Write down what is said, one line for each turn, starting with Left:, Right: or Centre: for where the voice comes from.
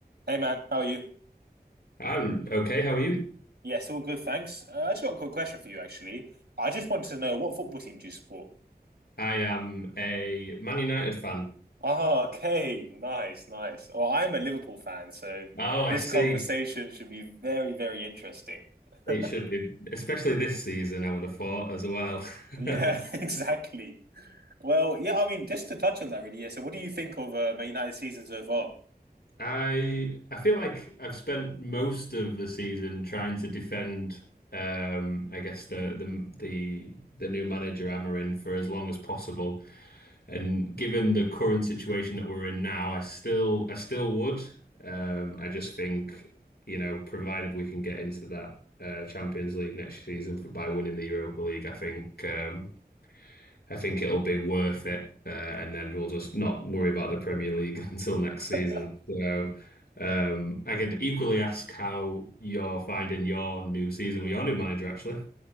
Right: Hey man, how are you?
Left: I'm okay. How are you?
Right: Yes, all good, thanks. Uh, I just got a quick question for you, actually. I just wanted to know what football team do you support?
Left: I am a Man United fan.
Right: Ah, okay, nice, nice. Well, I'm a Liverpool fan, so
Left: Oh, I
Right: this
Left: see.
Right: conversation should be very, very interesting.
Left: It
Right: <laughs>
Left: should be, especially this season, I would have thought as well.
Right: Yeah,
Left: <laughs>
Right: <laughs> exactly. Well, yeah, I mean, just to touch on that, really. Yeah. So, what do you think of uh, Man United's season so far?
Left: I I feel like I've spent most of the season trying to defend um I guess the the the the new manager Amorim for as long as possible. And given the current situation that we're in now, I still I still would. Um, I just think, you know, provided we can get into that uh, Champions League next season for, by winning the Europa League, I think um, I think it'll be worth it. Uh, and then we'll just not worry about the Premier League <laughs> until next season.
Right: <laughs>
Left: So um, I can equally ask how you're finding your new season with your new manager, actually.